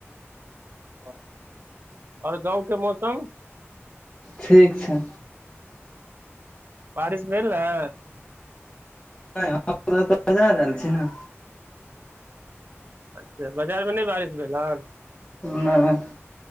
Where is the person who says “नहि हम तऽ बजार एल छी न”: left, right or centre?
Left